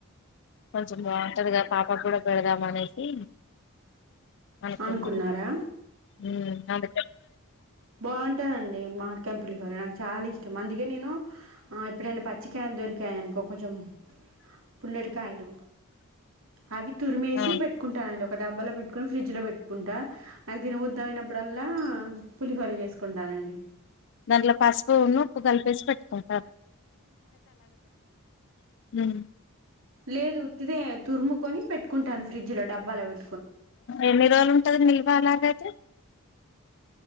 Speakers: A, on the left (about 55°); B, on the right (about 65°).
A: కొంచెం బాగుంటదిగా పాపగ్గూడ పెడదామనేసి. అనుకున్నది.
B: అనుకున్నారా
A: మ్మ్ అందు
B: బావుంటదండి మాడ్కై పులిహోర నాకు చాలా ఇష్టం అందుకే నేను ఆ ఎప్పుడైనా పచ్చికాయలు దొరికాయనుకో కొంచెం పుల్లటికాయలు అవి తురిమేసి
A: ఆ,
B: పెట్టుకుంటానండి ఒక డబ్బాలో పెట్టుకోని ఫ్రిడ్జ్లో పెట్టుకుంటా. ఐతే నువ్వొద్దన్నప్పుడల్లా పులిహోర చేసుకుంటానండి.
A: దాంట్లో పసుపును ఉప్పు కలిపేసి పెట్టుకుం ఉమ్.
B: లేదు ఉత్తిదే తురుము కొని పెట్కుంటాను ఫ్రిడ్జ్ లో డబ్బాల పె
A: ఎన్ని రోజులుంటాది నిల్వ అలాగైతే?